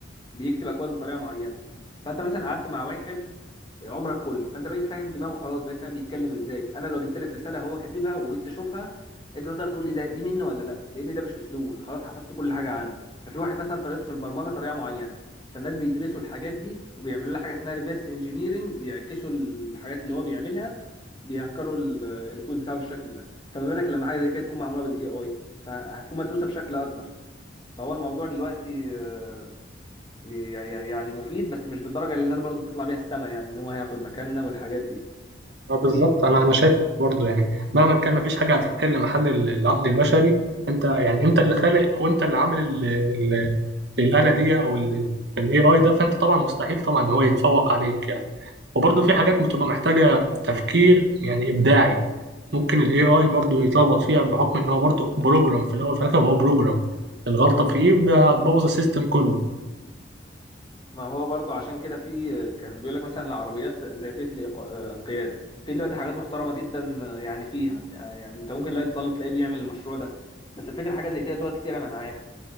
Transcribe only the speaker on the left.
بيكتب اكواد بطريقه معينه فانت مثلا قعدت مع واحد عمرك كله فانت بقيت فاهم دماغه خلاص بقيت فاهم بيتكلم ازاي انا لو جبت لك رساله هو كاتبها وجيت تشوفها انت تقدر تقول لي ده دي منه ولا لا لان ده مش اسلوبه انت خلاص حفظت كل حاجه عنه ففي واحد مثلا طريقته في البرمجه طريقه معينه فالناس بيدرسوا الحاجات دي وبيعملوا لها حاجه اسمها ريفرس انجينيرنج بيعكسوا الحاجات اللي هو بيعملها بيهكروا ال- الكود بتاعه بالشكل ده فما بالك لما حاجه زي كده تكون معموله بالاي اي فهتكون مدروسه بشكل اكبر فهو الموضوع دلوقتي آه، ي- يعني مفيد بس مش بالدرجه اللي الناس برضو بتطلع بيها السما يعني ان هو هياخد مكاننا والحاجات دي
في ب-
ما هو برضو عشان كده في كان بيقول لك مثلا العربيات ذاتيه الإيق- آه، القياده في دلوقتي حاجات محترمه جدا آه، يعني فيها يعني يعني انت ممكن دلوقتي تطالب تلاقيه بيعمل المشروع ده بس الفكره حاجه زي كده دول كتيره منعاها